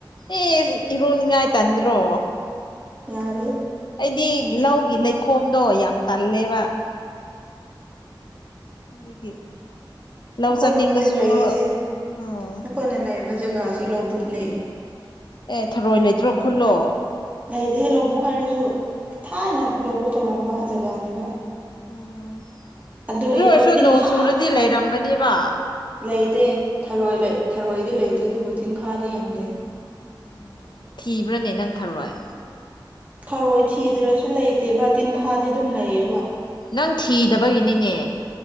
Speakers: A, on the left; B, on the right.
A: ꯑꯦ ꯏꯔꯨꯅꯤꯡꯉꯥꯏ ꯇꯟꯗ꯭ꯔꯣ
B: ꯌꯥꯔꯦ
A: ꯑꯩꯗꯤ ꯂꯧꯒꯤ ꯂꯩꯈꯣꯝꯗꯣ ꯌꯥꯝ ꯇꯜꯂꯦꯕ ꯑꯗꯨꯒꯤ ꯂꯧ
B: ꯑꯩꯈꯣꯏꯅ
A: ꯆꯠꯅꯤꯡꯂꯁꯨ
B: ꯍꯧꯖꯤꯛ ꯂꯩꯔꯤꯁꯦ
A: ꯑꯥ
B: ꯑꯩꯈꯣꯏꯅ ꯂꯩꯔꯤꯕ ꯖꯒꯥꯁꯦ ꯂꯧꯕꯨꯛꯅꯦ
A: ꯑꯦ ꯊꯔꯣꯏ ꯂꯩꯇ꯭ꯔꯣ ꯈꯨꯜꯂꯣ
B: ꯂꯩꯗꯤꯍꯦ ꯂꯧꯕꯨꯛ ꯍꯥꯏꯔꯁꯨ ꯊꯥꯏꯅ
A: ꯎꯝ
B: ꯂꯧꯕꯨꯛ ꯇꯧꯔꯝꯕ ꯖꯒꯥꯅꯦꯕ
A: ꯎꯝ
B: ꯑꯗꯨꯒꯤꯀꯣ
A: ꯑꯗꯨ ꯑꯣꯏꯔꯁꯨ
B: ꯇꯤꯟꯐꯥꯡꯉꯗ
A: ꯅꯣꯡ ꯆꯨꯔꯗꯤ ꯂꯩꯔꯝꯒꯅꯦꯕ
B: ꯂꯩꯇꯦ ꯊꯔꯣꯏ ꯊꯔꯣꯏꯗꯤ ꯂꯩꯇꯦ ꯑꯗꯨꯕꯨ ꯇꯤꯟꯐꯥꯗꯤ ꯌꯥꯝ ꯂꯩ
A: ꯑꯣ ꯊꯤꯕ꯭ꯔꯅꯦ ꯅꯪ ꯊꯔꯣꯏ
B: ꯊꯔꯣꯏ ꯊꯤꯗ꯭ꯔꯁꯨ ꯂꯩꯇꯦꯕ ꯇꯤꯟꯐꯥꯗꯤ ꯑꯗꯨꯝ ꯂꯩꯌꯦꯕ
A: ꯅꯪ ꯊꯤꯗꯕꯒꯤꯅꯤꯅꯦ